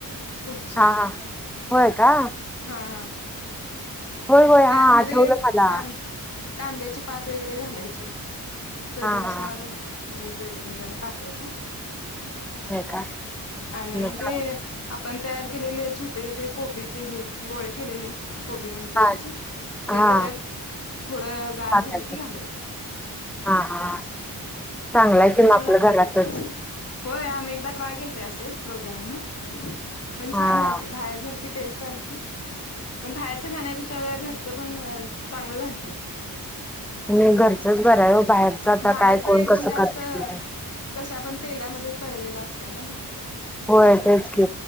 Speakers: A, on the left (about 45°); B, in the centre.
A: सुपची
B: हा हा होय का
A: हा हा.
B: होय होय हा
A: त्यातमध्ये
B: आठवलं मला
A: कान -- कांद्याची पात वगैरे घालायची. चवीनुसार
B: हा हा
A: मीठ. वगैरे जरा टाकायचं
B: होय का
A: आणि
B: मग
A: म
B: चांग
A: ते आ -- पण तयार केलेले छोटे छोटे कोबीचे हे गोळे केलेले कोबी मंचुरियन
B: हा
A: चे ते
B: हा
A: त्याच्यात थोडं गार
B: टाकायचं.
A: झालं की घालायचं.
B: हा हा चांगलाय
A: हम्म
B: की मग
A: छान
B: आपलं
A: लागतयं
B: घरातच
A: ते पण. होय. आम्ही एकदा ट्राय केलते असेच बघूया म्हणून पण
B: हा
A: छान झालते. बाहेर जर टेस्ट आलती. पण बाहेरच खाण्यापेक्षा घरच पण चांगलं झालते.
B: आणि घरचंच बराय यो बाहेरच आता
A: बाहेर
B: काय
A: पण
B: कोण
A: एकदम
B: कसं
A: जास्त
B: करत ते काय
A: कशा पण तेलामध्ये तळलेला असतयना ते.
B: होय तेच की